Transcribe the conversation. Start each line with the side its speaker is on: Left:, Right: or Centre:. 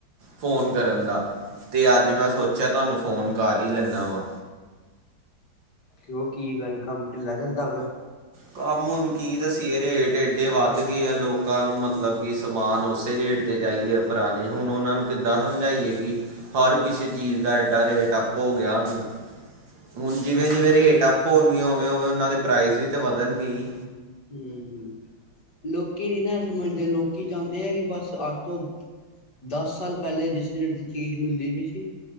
Right: ਫੋਨ ਕਰਨ ਦਾ। ਤੇ ਅੱਜ ਮੈਂ ਸੋਚਿਆ ਤੁਹਾਨੂੰ ਫੋਨ ਕਰ ਹੀ ਲੈਂਨਾ ਵਾਂ।
Left: ਕਿਉਂ ਕੀ ਗੱਲ ਕੰਮ ਢਿੱਲਾ ਚੱਲਦਾ ਪੇਆ?
Right: ਕੰਮ ਹੁਣ ਕੀ ਦੱਸੀਏ ਰੇਟ ਏਡੇ ਵੱਧ ਗਏ ਆ ਲੋਕਾਂ ਨੂੰ ਮਤਲਬ ਕਿ ਸਮਾਨ ਉਸੇ ਰੇਟ ਤੇ ਚਾਹੀਦੇ ਆ ਪੁਰਾਣੇ ਹੁਣ ਉਹਨਾਂ ਨੂੰ ਕਿੱਦਾਂ ਸਮਝਾਈਏ ਕਿ ਹਰ ਕਿਸੇ ਚੀਜ਼ ਦਾ ਐਡਾ ਰੇਟ ਅੱਪ ਹੋ ਗਿਆ ਹੁਨ। ਹੁਣ ਜਿਵੇਂ- ਜਿਵੇਂ ਰੇਟ ਅੱਪ ਹੋਣਗੇ ਉਵੇਂ- ਉਵੇਂ ਉਹਨਾਂ ਦੇ ਪ੍ਰਾਈਜ਼ ਵੀ ਤੇ ਵਧਣਗੇ ਹੀ।
Left: ਹੂੰ ਲੋਕੀ ਨੀ ਨਾ ਸਮਝ ਦੇ ਲੋਕੀ ਚਾਹੁੰਦੇ ਆ ਕਿ ਬਸ ਅੱਠ ਤੋਂ ਦਸ ਸਾਲ ਪਹਿਲੇ ਜਿਸ ਰੇਟ ਦੀ ਚੀਜ਼ ਮਿਲਦੀ ਵੀ ਸੀ।